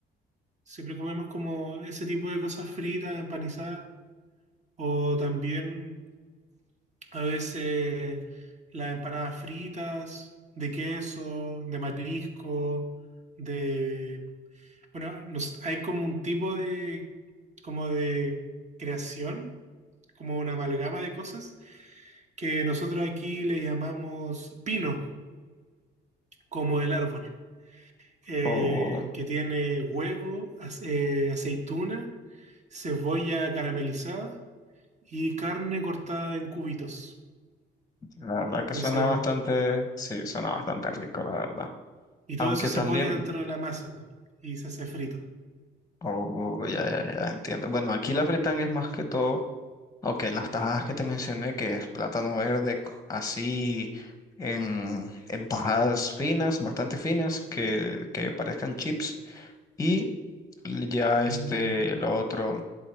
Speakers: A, on the right (about 35°); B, on the left (about 15°).
A: Siempre comemos como ese tipo de cosas fritas, empanizadas. O también a veces las empanadas fritas, de queso, de marisco, de Bueno, nos- hay como un tipo de, como de creación, como una amalgama de cosas, que nosotros aquí le llamamos pino, como el árbol, eh,
B: O,
A: que tiene huevo, ace- eh, aceituna, cebolla caramelizada y carne cortada en cubitos.
B: la verdad que
A: Entonces,
B: suena bastante, sí, suena bastante rico, la verdad.
A: y todo
B: Aunque
A: eso se
B: también,
A: pone dentro de la masa y se hace frito.
B: oh, ya, ya, ya, entiendo. Bueno, aquí la fritanga es más que todo Ok, las tajadas que te mencioné, que es plátano verde, co- así en, en tajadas finas, bastante finas, que, que parezcan chips. Y ya este,
A: Mm.
B: lo otro,